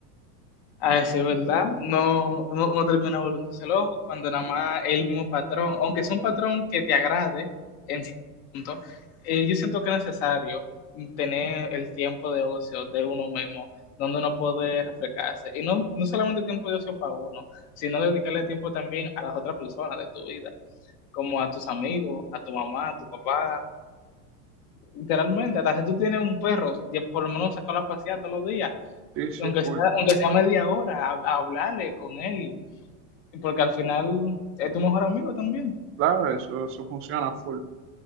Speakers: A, on the left; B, on the right.
A: A decir verdad, no, uno, uno termina volviéndose loco cuando nada más es el mismo patrón, aunque sea un patrón que te agrade en cierto punto, eh, yo siento que es necesario tener el tiempo de ocio de uno mismo, donde uno puede refrescarse. Y no, no solamente tiempo de ocio para uno, sino dedicarle tiempo también a las otras personas de tu vida, como a tus amigos, a tu mamá, a tu papá. Literalmente, hasta si tú tienes un perro, ya por lo menos sacarlo a pasear todos los días
B: Sí, sí,
A: aunque
B: full.
A: sea, aunque sea media hora, a- a hablarle con él, porque al final es tu mejor amigo también.
B: Claro, eso, eso funciona full.